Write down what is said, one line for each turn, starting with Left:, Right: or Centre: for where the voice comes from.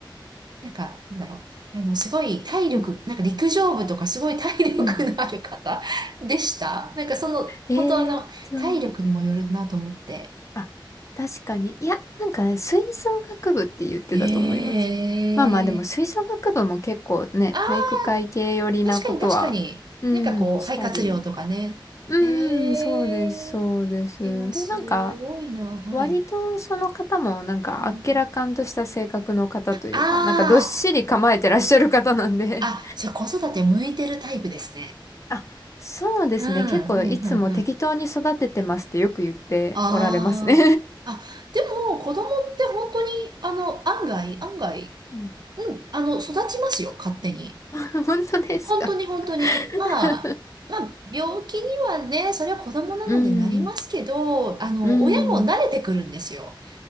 Right: なんか、なんだろう、あの、すごい体力、
Left: うん、
Right: なんか陸上部とかすごい体力のある方
Left: うん。
Right: <laughs> でしたなんかその、
Left: えーっと、
Right: 本当あの、体力にもよるなと思って。
Left: あ、確かに。いや、なんかね、吹奏楽部って言ってたと思います。
Right: へえ。
Left: まあまあ、でも吹奏楽部も結構ね、
Right: あ
Left: 体育会系寄りなことは、
Right: ー確かに確かに。
Left: うん、
Right: なんかこう、
Left: したり。
Right: 肺活量とかね。
Left: う
Right: へえ。
Left: ん、そうです、そうです。
Right: いや、
Left: で、
Right: すごいな、
Left: なんか、
Right: はい。
Left: 割とその方もなんかあっけらかんとした性格の方というか、
Right: うんあ
Left: なんかどっしり構えてらっしゃる方なんで。
Right: あ、あ、じゃあ子育て向いてるタイプですね。
Left: あ、そうですね。
Right: うん、うん、
Left: 結構いつも適当に育ててますってよく言っておられますね。
Right: うん、うん。ああ、あ、でも子供って本当に、あの、案外、案外、
Left: <laughs> うん
Right: うん、あの、育ちますよ、勝手に。
Left: <laughs> 本当ですか
Right: 本当に本当に、
Left: <laughs>
Right: まあ、まあ、病気にはね、それは子供なのでなりますけど、
Left: うん、
Right: あの、
Left: うん、
Right: 親も慣れてくるんですよ。